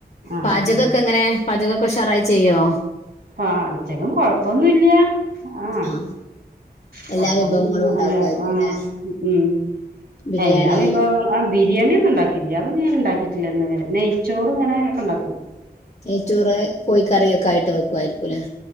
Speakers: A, on the right; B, on the left.
A: ആഹ്
B: പാചകംക്കെ
A: ആഹ്
B: എങ്ങനെ പാചകക്കെ ഉഷറായി ചെയ്യോ
A: പാചകം കൊഴപ്പൊന്നുല്ല ആഹ്
B: ആ
A: കൊഴപ്പൊന്നുല്ല
B: എല്ലാ വിഭവങ്ങളും ഉണ്ടാക്കുമായിരിക്കും
A: അല്ല ആ
B: അല്ലെ
A: മ്
B: ബിരിയാണി
A: എല്ലാ വിഭവങ്ങളും ബിരിയാണി ഒന്നും ഉണ്ടാക്കില്ല അതും ഞാൻ ഇണ്ടാക്കിയിട്ടില്ല ഇന്ന് വരെ നെയ്ച്ചോറും ഇങ്ങനെ ഒക്കെ ഇണ്ടാക്കും
B: ഏറ്റൂറ് കോഴിക്കറിയൊക്കെ ആയിട്ട് വെക്കുയിരിക്കുംല്ലേ